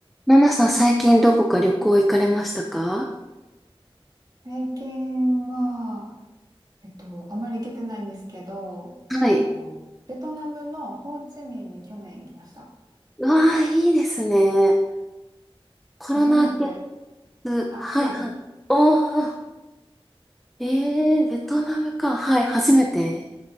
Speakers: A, in the centre; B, on the right.
A: ナナさん、最近どこか旅行行かれましたか
B: 最近は、えっと、あまり行けてないんですけど、
A: はい。
B: えっと、ベトナムのホーチミンに去年行きました。
A: わあ、いいですね。コロナ禍
B: 初めて、
A: 末、
B: あ、
A: はいはい。
B: そうです。
A: おー、えー、ベトナムか。はい、初めて。